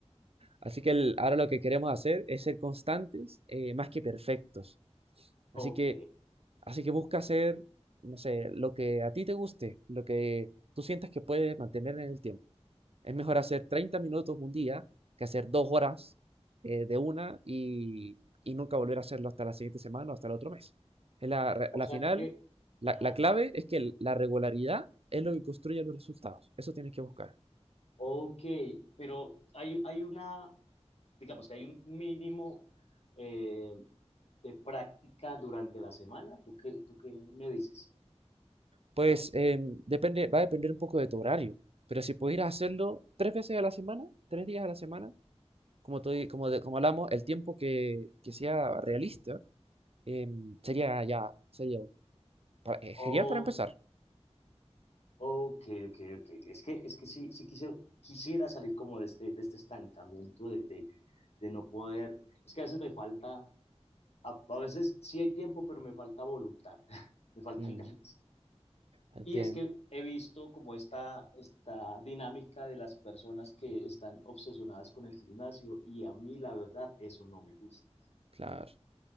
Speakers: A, on the right; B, on the left.
A: Así que el- ahora lo que queremos hacer es ser constantes, eh, más que perfectos. Así
B: Ok.
A: que Así que busca hacer, no sé, lo que a ti te guste, lo que tú sientas que puedes mantener en el tiempo. Es mejor hacer 30 minutos un día que hacer dos horas eh, de una y, y nunca volver a hacerlo hasta la siguiente semana o hasta el otro mes. Es la, re-
B: O
A: a la
B: sea
A: final,
B: que,
A: la,
B: ajá.
A: la clave es que el- la regularidad es lo que construye los resultados. Eso tienes que buscar.
B: Ok, pero hay, hay una, digamos que hay un mínimo eh, de práctica durante la semana. ¿Tú qué, tú qué me dices?
A: Pues em, depende, va a depender un poco de tu horario, pero si pudieras hacerlo tres veces a la semana, tres días a la semana, como, te-
B: Ok,
A: como, de- como hablamos, el tiempo que, que sea realista em, sería ya, sería pa- eh, genial
B: oh,
A: para empezar.
B: ok, ok, ok. Es que, es que sí, sí quisiera, quisiera salir como de este, de este estancamiento de, de, de no poder. Es que a veces me falta, a, a veces sí hay tiempo, pero me falta voluntad, <laughs> me faltan
A: Mm,
B: ganas.
A: entiendo,
B: Y es que he visto como esta, esta dinámica de las personas que están obsesionadas con el gimnasio y a mí la verdad eso no me gusta.
A: claro.